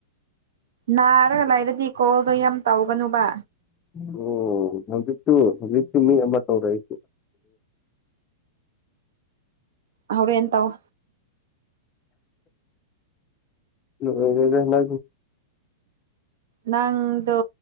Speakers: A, on the right; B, on the left.
A: ꯅꯥꯔꯒ ꯂꯥꯏꯔꯗꯤ ꯀꯣꯜꯗ ꯌꯥꯝ ꯇꯧꯒꯅꯨꯕ
B: ꯑꯣ ꯍꯧꯖꯤꯠꯇ ꯍꯧꯖꯤ ꯇꯔꯥꯏ
A: ꯍꯧ꯭ꯔꯦ ꯑꯦꯟ ꯇꯋꯥ
B: ꯂꯗ ꯍꯂ
A: ꯅꯪꯗꯣ